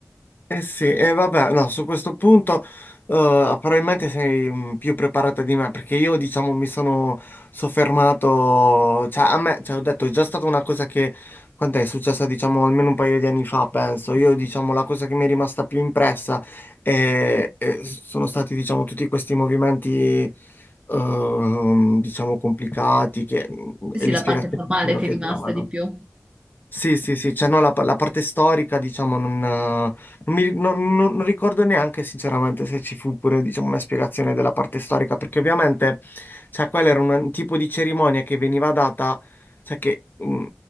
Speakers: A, on the left; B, on the right.
A: Eh sì, e vabbè, no, su questo punto eh, probabilmente sei mm, più preparata di me perché io diciamo mi sono soffermato, cioè a me, cioè ho detto è già stata una cosa che, quant'è, è successa diciamo almeno un paio di anni fa penso, io diciamo la cosa che mi è rimasta più impressa è- è- sono stati diciamo tutti questi movimenti ehm, diciamo complicati che,
B: Sì,
A: e
B: sì,
A: le
B: la
A: spiegazioni
B: parte formale ti
A: che
B: è rimasta
A: davano.
B: di più.
A: Sì, sì, sì, cioè no, la, la parte storica, diciamo, non, eh, non mi- non- non- non ricordo neanche sinceramente se ci fu pure, diciamo, una spiegazione della parte storica, perché ovviamente, cioè, quella era un tipo di cerimonia che veniva data, cioè, che, mh,